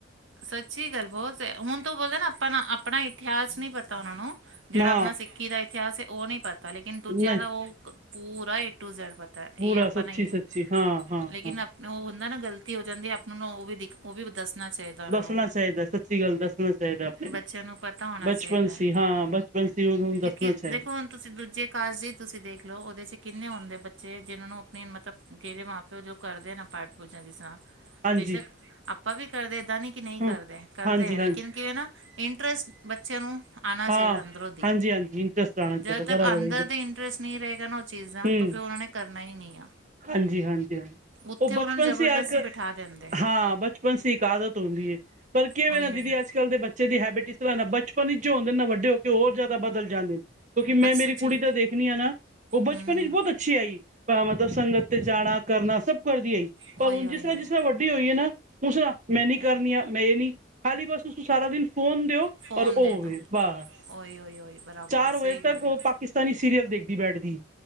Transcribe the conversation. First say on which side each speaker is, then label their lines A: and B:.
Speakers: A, on the right; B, on the right.
A: ਸੱਚੀ ਗੱਲ ਬੋਸ ਏ, ਹੁਣ ਤੋ ਬੋਲਦੇ ਆ ਆਪਾਂ ਨਾਂ ਆਪਣਾ ਏ ਇਤਿਹਾਸ ਨਹੀਂ ਪਤਾ ਉਹਨਾਂ ਨੂੰ। ਜਿਹੜਾ
B: ਨਾ
A: ਆਪਣਾ ਸਿੱਖੀ ਦਾ ਇਤਿਹਾਸ ਏ ਉਹ ਨੀ ਪਤਾ, ਲੇਕਿਨ ਦੂਜਿਆਂ
B: ਨਹੀਂ
A: ਦਾ ਉਹ ਪੂਰਾ ਏ ਟੂ ਜੈਡ ਪਤਾ ਇਹ
B: ਪੂਰਾ
A: ਆਪਾਂ
B: ਸੱਚੀ
A: ਨੀ ਐ
B: ਸੱਚੀ ਹਾਂ ਹਾਂ
A: ਲੇਕਿਨ
B: ਹਾਂ
A: ਆਪ ਨੂੰ ਉਹ ਹੁੰਦਾ ਨਾ ਗ਼ਲਤੀ ਹੋ ਜਾਂਦੀ ਆਪਣੇ ਨੂੰ ਉਹ ਵੀ ਦਿਖ- ਉਹ ਵੀ ਦੱਸਣਾ ਚਾਹੀਦਾ ਉਹਨਾਂ
B: ਦੱਸਣਾ
A: ਨੂੰ।
B: ਚਾਹੀਦਾ ਸੱਚੀ ਗੱਲ ਦੱਸਣਾ ਚਾਹੀਦਾ ਆਪਣੇ
A: ਬੱਚਿਆਂ ਨੂੰ ਪਤਾ ਹੋਣਾ
B: ਬਚਪਨ
A: ਚਾਹੀਦਾ।
B: ਸੀ <unintelligible>
A: ਕਿਉਕਿ
B: ਚਾਹੀਦਾ
A: ਦੇਖੋ, ਹੁਣ ਤੁਸੀ ਦੂਜੇ ਕਾਲਜ ਤੁਸੀ ਦੇਖ ਲਓ ਉਹਦੇ 'ਚ ਕਿੰਨੇ ਹੁੰਦੇ ਬੱਚੇ ਜਿਹਨਾਂ ਨੂੰ ਆਪਣੀ ਮਤਲਬ ਜਿਹੜਦੇ ਮਾਂ-ਪਿਓ ਜੋ ਕਰਦੇ ਨੇ ਪਾਠ-ਪੂਜਾ ਦੀ ਤਰਹ
B: ਹਾਂਜੀ
A: ਬੇਸ਼ੱਕ ਆਪਾਂ ਵੀ ਕਰਦੇ ਏਦਾਂ ਨਹੀਂ ਕਿ ਨਹੀਂ
B: ਹਾਂ
A: ਕਰਦੇ ਕਰਦੇ
B: ਹਾਂਜੀ
A: ਏ,
B: ਹਾਂਜੀ
A: ਲੇਕਿਨ ਕਿਵੇਂ ਨਾ ਇੰਟਰਸਟ ਬੱਚੇ ਨੂੰ ਆਨਾ
B: ਹਾਂ
A: ਚਾਹੀਦਾ ਅੰਦਰੋ ਦੀ।
B: ਹਾਂਜੀ ਹਾਂਜੀ ਇੰਟਰਸਟ ਆਉਣਾ ਚਾਹੀਦਾ
A: ਜਦੋਂ ਤੱਕ
B: ਬਰਾਬਰ
A: ਅੰਦਰ ਦੇ ਇੰਟਰਸਟ ਨਹੀਂ ਰਹੇਗਾ ਨਾ ਉਹ ਚੀਜ਼ਾਂ
B: ਹਮ
A: ਤਾਂ ਫਿਰ ਉਹਨਾਂ ਨੇ ਕਰਨਾ ਹੀ ਨਹੀਂ ਆ।
B: ਹਾਂਜੀ- ਹਾਂਜੀ- ਹਾਂਜੀ।
A: ਉੱਥੇ
B: ਉਹ
A: ਉਹਨਾਂ
B: ਬਚਪਨ
A: ਨੂੰ ਜ਼ਬਰਦਸਤੀ
B: ਸੀ ਅ ਇੱਕ
A: ਬਿਠਾ ਦਿੰਦੇ
B: ਹਾਂ, ਬਚਪਨ ਸੀ ਇੱਕ ਆਦਤ ਹੁੰਦੀ ਏ। ਪਰ ਕਿਵੇੇ
A: ਉਹੀ
B: ਨਾ ਦੀਦੀ
A: ਉਹੀ
B: ਅੱਜ- ਕੱਲ੍ਹ ਦੇ ਬੱਚੇ ਦੀ ਹੈਬਿਟ ਇਸ ਤਰ੍ਹਾਂ ਨਾ ਬਚਪਨ ਵਿੱਚ ਜੋ ਹੁੰਦੇ ਨਾ ਵੱਡੇ ਹੋ ਕੇ ਹੋਰ ਜ਼ਿਆਦਾ ਬਦਲ ਜਾਂਦੇ ਨੇ। ਕਿਉਂਕਿ
A: ਬਸ
B: ਮੈਂ ਮੇਰੀ
A: ਸੱਚੀ
B: ਕੁੜੀ ਦੇਖਣੀ ਆ ਨਾ ਉਹ ਬਚਪਨ
A: ਹੂੰ
B: ਚ ਬਹੁਤ ਅੱਛੀ ਆਈ ਮਤਲਬ ਸੰਗਤ ਤੇ ਜਾਣਾ, ਕਰਨਾ ਸਭ ਕਰਦੀ ਆਈ।
A: ਉਹੀ
B: ਪਰ ਹੁਣ
A: ਉਹੀ
B: ਜਿਸ ਤਰ੍ਹਾਂ
A: ਉਹੀ
B: ਜਿਸ ਤਰ੍ਹਾਂ ਵੱ- ਡੀ ਹੋਈਏ ਨਾ ਉਸ ਮੈਂ ਨੀ ਕਰਨੀ ਆ ਮੈਂ ਇਹ ਨੀ ਹਾਰੀ ਬਸ, ਤੁਸੀ ਸਾਰਾ ਦਿਨ ਫੋਨ
A: ਫੋਨ
B: ਔਰ ਹੋਵੇ
A: ਦੇ ਦਿਉ
B: ਬਸ
A: ਉਹੀ ਉਹੀ ਉਹੀ ਬਰਾਬਰ
B: ਚਾਰ
A: ਸਹੀ
B: ਵਜੇ
A: ਗੱਲ
B: ਤੱਕ ਉਹ
A: ਹੈ
B: ਪ ਪਾਕਿਸਤਾਨੀ ਸੀਰੀਅਲ ਦੇਖਦੀ ਬੈਠਦੀ।